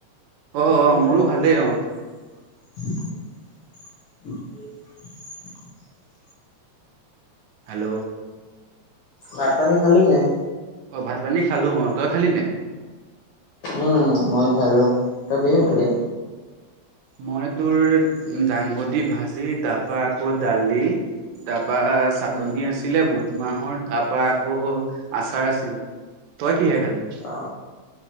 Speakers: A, on the right; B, on the left.
A: অ
B: তোৰ
A: অ মোৰো
B: খবৰ
A: ভালেই
B: খাতি
A: অ।
B: <inaudible>
A: হেল্ল'।
B: ভাত পানী খালি নে নাই?
A: অ ভাত পানী খালো অ তই খালি নে?
B: উম মই খালো। তই কিহে
A: অ
B: খালি?
A: অ মই তোৰ দাংবদি ভাজি তাৰ পৰা আকৌ দালি ত বা চাটনি
B: উম
A: আছিলে বুত ট মাহৰ তাৰ পৰা আকৌ আচাৰ আছিলে তই কিহে খালি?
B: অ